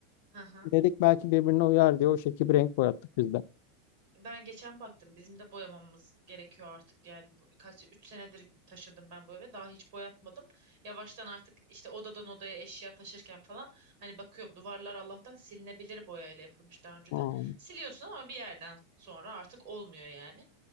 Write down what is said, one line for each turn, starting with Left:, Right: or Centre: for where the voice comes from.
Right: Hı hı.
Left: Dedik belki birbirine uyar diye o şekilde bir renk boyattık biz de.
Right: Ben geçen baktım. Bizim de boyamamız gerekiyor artık. Yani bu- kaç 3 senedir taşındım ben bu eve. Daha hiç boyatmadım. Yavaştan artık işte odadan odaya eşya taşırken falan hani bakıyorum duvarlar Allah'tan silinebilir boyayla yapılmış daha önceden.
Left: Hmm.
Right: Siliyorsun ama bir yerden sonra artık olmuyor yani.